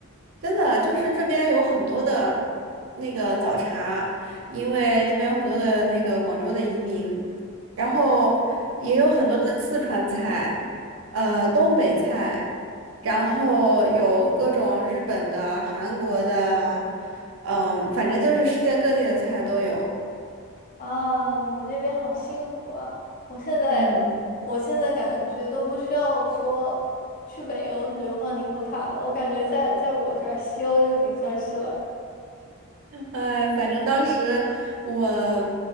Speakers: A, on the right; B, on the left.
A: 真的，就是这边有很多的那个早茶，因为这边有很多的那个广州的移民，然后也有很多的四川菜，
B: 嗯
A: 呃，东北菜，然后有各种日本的、韩国的，嗯，反正就是世界各地的菜都有。
B: 啊，你们那边好幸福啊！我现在我现在感觉都不需要说去北欧是流放宁古塔了，
A: 嗯。
B: 我感觉在在我这儿西欧就已经算是了。
A: 哎，反正当时我，